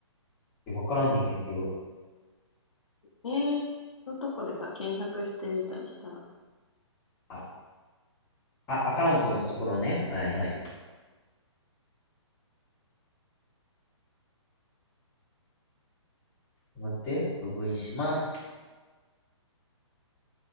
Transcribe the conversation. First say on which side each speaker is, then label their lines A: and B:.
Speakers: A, on the left; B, on the left.
A: え、わからんねん、結局。
B: メールのとこでさ、検索してみたりしたら、
A: あ、あ、アカウントのところね。はいはい。待って、ログインします。